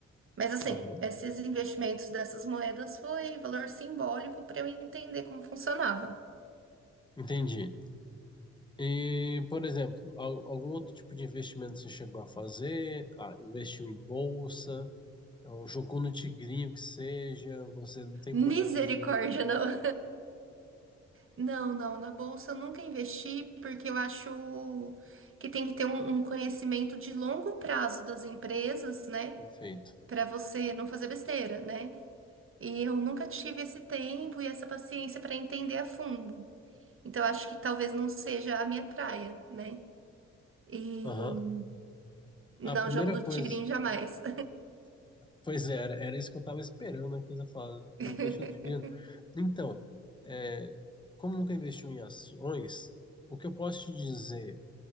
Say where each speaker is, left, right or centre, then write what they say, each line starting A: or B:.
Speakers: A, on the right (about 45°); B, on the left (about 15°).
A: Mas assim,
B: Aham,
A: esses investimentos dessas moedas foi valor simbólico para eu entender como funcionava.
B: Entendi. E, por exemplo, al- algum outro tipo de investimento você chegou a fazer? Ah, investiu em bolsa, ou jogou no tigrinho que seja, você não tem
A: Misericórdia,
B: problema de...
A: não. <laughs> Não, não, na bolsa eu nunca investi porque eu acho que tem que ter um, um conhecimento de longo prazo das empresas, né?
B: Perfeito.
A: Para você não fazer besteira, né? E eu nunca tive esse tempo e essa paciência para entender a fundo. Então acho que talvez não seja a minha praia, né? E
B: Aham.
A: não,
B: A primeira
A: jogo do
B: coisa,
A: tigrinho jamais.
B: pois é, era, era isso que eu estava esperando aqui, você falar,
A: <laughs>
B: eu investi no Tigreano. Então, é, como nunca investiu em ações, o que eu posso te dizer